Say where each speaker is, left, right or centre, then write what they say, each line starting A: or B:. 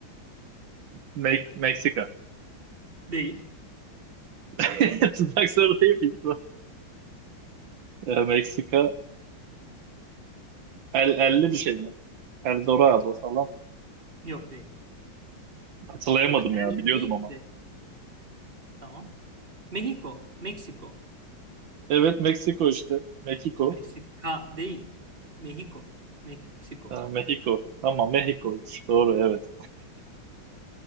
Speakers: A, on the right; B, on the right.
A: Me- Meksika.
B: Değil.
A: <laughs> Tutmak soru değil miydi bu? Ee, Meksika. El, elli bir şey mi? Eldorado falan mı?
B: Yok değil.
A: Hatırlayamadım
B: Zaten
A: ya
B: el
A: biliyordum
B: değil
A: ama.
B: de. Tamam. Mexico, Meksiko.
A: Evet Meksiko işte. Meksiko.
B: Meksika değil. Mexico, Meksiko.
A: Ha, Mexico. Ama Mexico'ymuş. Doğru evet.